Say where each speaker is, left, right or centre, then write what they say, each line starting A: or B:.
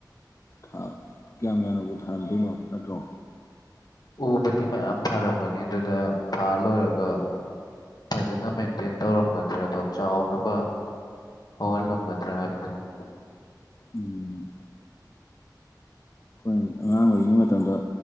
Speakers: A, on the left; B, on the left.
A: ꯀꯌꯥꯝ ꯌꯥꯝꯅꯕꯨ ꯊꯥꯔꯝꯗꯣꯏꯅꯣ ꯅꯠꯇ꯭ꯔꯣ
B: ꯎꯕꯗꯤ ꯃꯌꯥꯝ ꯊꯥꯔꯝꯒꯅꯤ ꯑꯗꯨꯗ ꯊꯥ ꯂꯣꯏꯔꯒ ꯐꯖꯅ ꯃꯦꯟꯇꯦꯟ ꯇꯧꯔꯝꯒꯗ꯭ꯔꯥ ꯑꯗꯣ ꯆꯥꯎꯅꯕ ꯍꯧꯍꯜꯂꯝꯒꯗ꯭ꯔꯥ ꯍꯥꯏꯕꯗꯨꯅꯤ
A: ꯎꯝ ꯑꯩꯈꯣꯏ ꯑꯉꯥꯡ ꯑꯣꯏꯔꯤꯉꯩ ꯃꯇꯝꯗ